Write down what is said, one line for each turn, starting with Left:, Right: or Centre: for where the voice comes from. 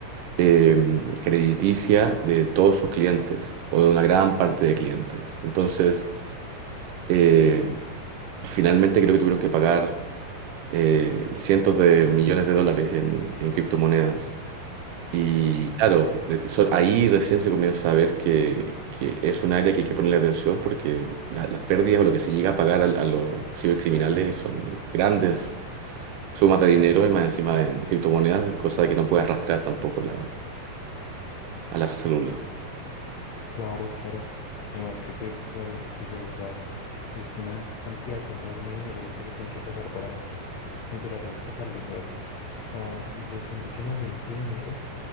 Right: eh, crediticia de todos sus clientes, o de una gran parte de clientes. Entonces, eh, finalmente creo que tuvieron que pagar. eh, cientos de millones de dólares en, en criptomonedas. Y claro, eh, so- ahí recién se comienza a ver que, que es un área que hay que ponerle atención porque la- las pérdidas o lo que se llega a pagar a, a los cibercriminales son grandes sumas de dinero y más encima en criptomonedas, cosa que no puede arrastrar tampoco la- a la célula.
Left: Claro, claro. Además que pues, o sea, lo que tú dices, o sea, es una cantidad enorme de dinero lo que se tiene que pagar para volver a rescatar los datos. O sea, yo siento que más bien ese dinero